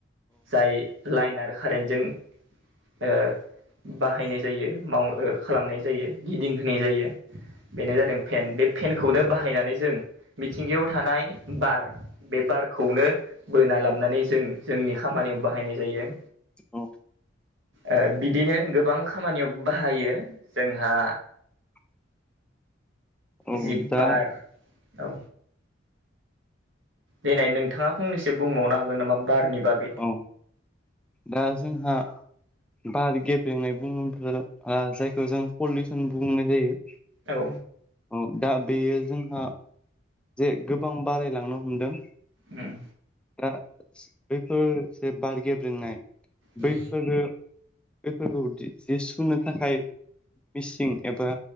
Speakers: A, on the right; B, in the centre.
A: जाय लाइन आरो कारेन्टजों ओ बाहायनाय जायो माव ओ खालामनाय जायो। गिदिंहोनाय जायो। बेनो जादों फेन बे फेनखौनो बाहायनानै जों मिथिंगायाव थानाय बार बे बार खौनो बोना लाबनानै जों जोंनि खामानियाव बाहायनाय जायो।
B: औ
A: ओ बिदिनो गोबां खामानियाव बाहायो जोंहा
B: <inaudible>
A: जि
B: दा
A: बार औ दिनै नोंथाङा फंनैसो बुंबावनो हागोन नामा? बारनि बागै
B: औ दा जोंहा बार गेब ब्रेंनाय बुङोब्ला जायखौ जों पलिउसन बुंनाय जायो।
A: औ
B: औ दा बेयो जोंहा जे गोबां बारायलांनो हमदों।
A: उम
B: दा बैफोर जे बार गेब्रोंनाय
A: उम
B: बैफोरो बेफोरखौ जि सुनो थाखाय मिसिं एबा